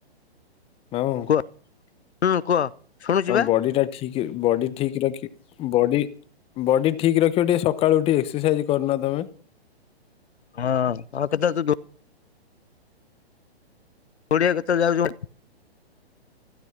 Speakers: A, on the left; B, on the left.
A: ମାମୁଁ।
B: କୁହ ହୁଁ କୁହ? ଶୁଣୁଛି
A: ତମ
B: ବା
A: ବଡି ଟା ଠିକ୍ ବଡି ଠିକ୍ ରଖି ବଡି। ବଡି ଠିକ୍ ରଖିବ ଟିକେ ସକାଳୁ ଉଠି ଏକ୍ସରସାଇଜ୍ କରୁନା ତମେ।
B: ହଁ <unintelligible> ଘୋଡ଼ିଆ କେତେବେଳେ ଯାଉଛୁ?